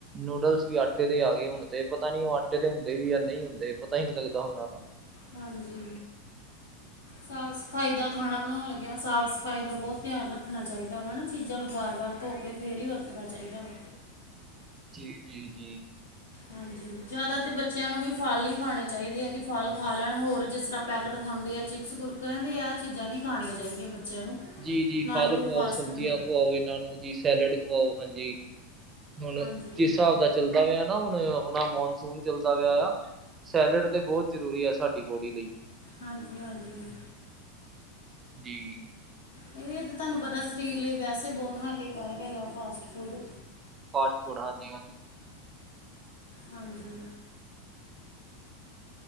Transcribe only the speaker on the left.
ਹਾਂਜੀ ਸਾਫ਼ ਸਫ਼ਾਈ ਦਾ ਖਾਣਾ ਬਣਾਉਣ ਲੱਗਿਆ, ਸਾਫ਼ ਸਫ਼ਾਈ ਦਾ ਬਹੁਤ ਧਿਆਨ ਰੱਖਣਾ ਚਾਹੀਦਾ ਵੈ ਨਾ। ਚੀਜ਼ਾਂ ਨੂੰ ਵਾਰ ਵਾਰ ਧੋ ਕੇ ਫਿਰ ਹੀ ਵਰਤਣਾ ਚਾਹੀਦਾ ਵਾ।
ਹਾਂਜੀ ਜ਼ਿਆਦਾ ਤਾਂ ਬੱਚਿਆਂ ਨੂੰ ਵੀ ਫਲ ਹੀ ਖਾਣੇ ਚਾਹੀਦੇ ਹੈ ਕਿ ਫਲ ਖਾ ਲੈਣ ਹੋਰ ਜਿਸ ਤਰ੍ਹਾਂ? ਪੈਕਟ ਖਾਂਦੇ ਆ ਚਿਪਸ ਕੁਰਕਰ ਕਹਿੰਦੇ ਇਹ ਚੀਜ਼ਾਂ ਨਹੀਂ ਖਾਣੀਆਂ ਚਾਹੀਦੀਆਂ ਬੱਚਿਆਂ ਨੂੰ।
ਨਾ
ਹੀ ਕੋਈ
ਫਾਸਟ
ਫੂਡ
ਹਾਂਜੀ
ਹਾਂਜੀ, ਹਾਂਜੀ
ਇਹ ਤੇ ਤੁਹਾਨੂੰ ਪਤਾ ਸਰੀਰ ਲਈ ਵੈਸੇ ਬਹੁਤ ਹਾਨੀਕਾਰਕ ਹੈਗਾ ਫਾਸਟ ਫੂਡ।
ਹਾਂਜੀ,